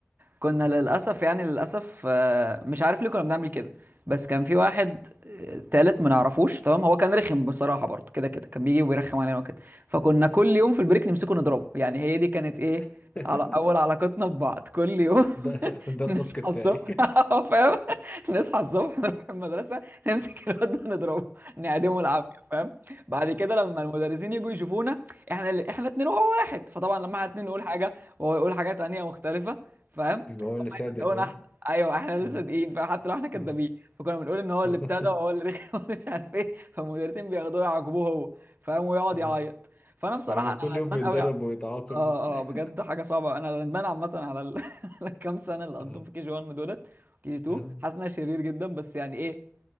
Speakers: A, on the right (about 45°); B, on the left (about 25°).
A: كنا
B: آه.
A: للأسف يعني للأسف آه، مش عارف ليه كنا بنعمل كده بس كان في واحد آه، تالت ما نعرفوش تمام هو كان رخم بصراحة برضه كده كده كان بيجي ويرخم علينا وكده فكنا كل يوم في البريك نمسكه نضربه يعني هي دي كانت ايه
B: <laughs>
A: على أول علاقتنا ببعض كل يوم
B: ده ده التاسك
A: نصحى
B: بتاعي
A: الصبح
B: <laughs>
A: <laughs> اه فاهم نصحى الصبح نروح المدرسه نمسك الواد ده نضربه نعدمه العافيه فاهم بعد كده لما المدرسين يجوا يشوفونا احنا اللي احنا اتنين وهو واحد فطبعا لما احنا اتنين نقول حاجه وهو يقول حاجه تانيه مختلفه فاهم
B: يبقى هو اللي
A: هم
B: صادق
A: هيصدقونا
B: اه
A: احنا ايوه احنا اللي
B: آه،
A: صادقين فحتى لو احنا كدابين
B: آه.
A: فكنا بنقول ان هو
B: <laughs>
A: اللي ابتدى وهو اللي رخم <laughs> ومش عارف ايه فالمدرسين بياخدوه يعاقبوه هو فاهم ويقعد
B: آه.
A: يعيط فانا بصراحه
B: آه.
A: انا
B: كل يوم
A: ندمان
B: بيتضرب
A: قوي
B: ويتعاقب
A: اه
B: وبتاع
A: اه بجد حاجه صعبه انا ندمان عامه على ال... <laughs> على الكام سنه اللي قضيتهم
B: <laughs> آه.
A: في كي جي 1 دولت كي جي 2
B: آه.
A: حاسس انها شرير جدا بس يعني ايه